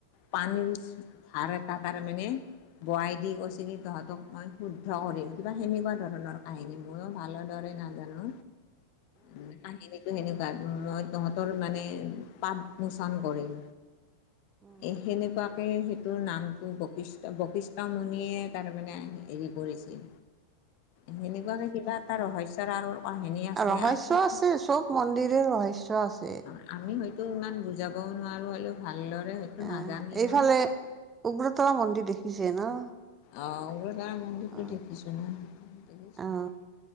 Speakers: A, on the left (about 45°); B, on the right (about 20°).
A: পানীৰ ধাৰ এটা তাৰেমানে বোৱাই দি কৈছে, কি তহঁতক মই শুদ্ধ কৰিম, কিবা সেনেকুৱা ধৰণৰ কাহিনী ময়ো ভালৰ দৰে না জানো, উম কাহিনীতো সেনেকুৱা। মই তহঁতৰ মানে পাপ মোচন কৰিম।
B: অ
A: এই সেনেকুৱাকে সেই তোৰ নামটো বশিষ্ট বশিষ্ঠ মুণিয়ে তাৰমানে হেৰি কৰিছিল। সেনেকুৱাকে কিবা এটা ৰহস্যৰ আৰৰ কাহিনী আছে,
B: ৰহস্য
A: আমি
B: আছে চব মন্দিৰে ৰহস্য আছে।
A: অ', আমি হয়তো ইমান বুজাবও নোৱাৰো, হ'লেও ভালদৰে
B: অ',,
A: নাজানিমও
B: এইফালে উগ্ৰতাৰা মন্দিৰ দেখিছে ন।
A: অ', উগ্ৰতাৰা মন্দিৰতো
B: অ
A: দেখিছো <unintelligible>
B: অ